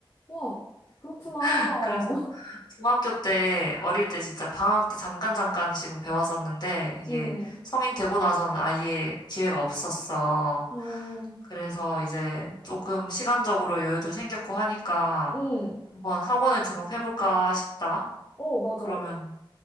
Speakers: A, on the left; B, on the left.
A: 와, 그렇구나.
B: <laughs> 그래서
A: <laughs>
B: 중학교 때, 어릴 때 진짜 방학 때 잠깐 잠깐씩은 배웠었는데, 이게
A: 음,
B: 성인 되고 나서는 아예 기회가 없었어.
A: 아,
B: 그래서 이제 조금 시간적으로 여유도 생겼고 하니까
A: 음.
B: 한번 학원에 등록해볼까 싶다.
A: 어, 맞아.
B: 그러면